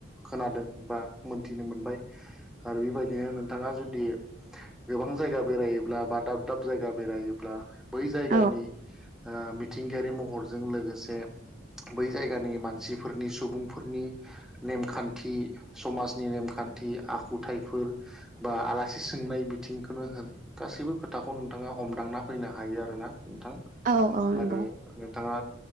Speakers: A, in the centre; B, on the right.
A: खोनादों बा मोनथिनो मोनबाय आरो बेबायदिनो नोंथाङा जुदि गोबां जायगा बेरायोब्ला बा दाब दाब जायगा बेरायोब्ला बै जायगानि
B: औ
A: ओ मिथिंगायारि महर जों लोगोसे बै जायगानि मानसिफोरनि सुबुंफोरनि नेमखान थि समाजनि नेमखान्थि आखुथाइफोर बा आलासि सोंनाय बिथिंखौनो हो न गासैबो खोथाखौ नोंथाङा हमदांना फैनो हायो आरो ना। नोंथां
B: औ औ नंगौ
A: आरो नोंथाङा